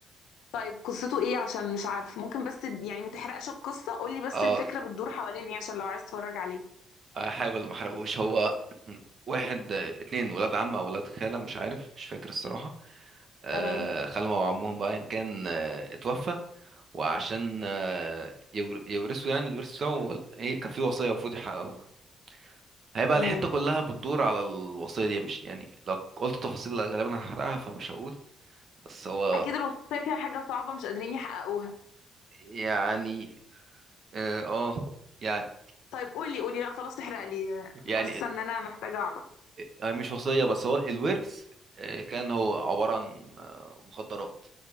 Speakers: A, on the left; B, on the right.
A: طيب قصته ايه عشان مش عارف ممكن بس تد... يعني ما تحرقش القصة قولي بس
B: اه
A: الفكرة بتدور حوالين ايه عشان لو عايز تتفرج عليه
B: احاول ما احرقوش هو واحد اتنين ولاد عم او ولاد خالة مش عارف مش فاكر الصراحة آه
A: تمام
B: خالهم او عمهم بقى ان كان آه اتوفى وعشان آه يور- يورثوا يعني الورث بتاعه وال- ايه كان في وصية المفروض يحققوها هيبقى
A: تمام
B: الحتة كلها بتدور على الوصية دي مش يعني لو قلت تفاصيل غالبا هحرقها فمش هقول بس هو
A: اكيد الوصية فيها حاجة صعبة مش قادرين يحققوها
B: يعني اه آه، يعني
A: طيب قولي قولي لا خلاص تحرق لي
B: يعني
A: حاسة ان انا محتاجة اعرف
B: يعني مش وصية بس هو الورث آه، كان هو عبارة عن آه، مخدرات